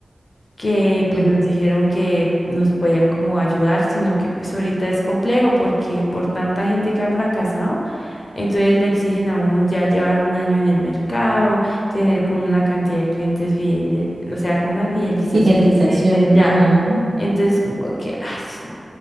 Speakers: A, on the left; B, on the right.
A: que pues
B: sí.
A: nos dijeron que nos podía como ayudar, sino que pues ahorita es complejo porque por tanta gente que ha fracasado, entonces le exigen a uno ya llevar un año en el mercado, tener como una cantidad de clientes fieles, o sea, como una fidelización
B: Finalización,
A: de clientes ya.
B: ajá.
A: Entonces como que ah, sí,